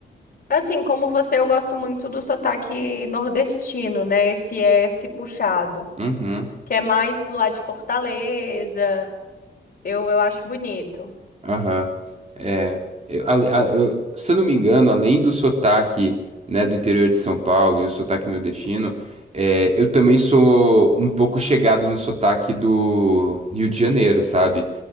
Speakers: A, on the left; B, on the right.
A: Assim, como você, eu gosto muito do sotaque nordestino, né? Esse S puxado,
B: Uhum,
A: que é mais do lado de Fortaleza. Eu, eu acho bonito.
B: aham. É, eu, a- a- eu- se eu não me engano, além do sotaque, né, do interior de São Paulo e o sotaque nordestino, é, eu também sou um pouco chegado no sotaque do Rio de Janeiro, sabe?